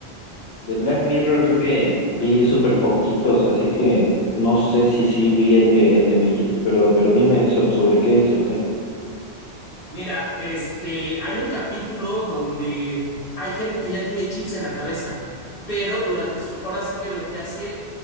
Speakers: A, on the left (about 70°); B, on the left (about 35°).
A: De Black Mirror creo que vi súper poquitos, así que no sé si sí vi el que, el que me dijiste, pero, pero dime sobre sobre qué es o qué.
B: Mira, este, hay un capítulo donde hay gente que ya tiene chips en la cabeza, pero durante su, ahora sí que lo que hace,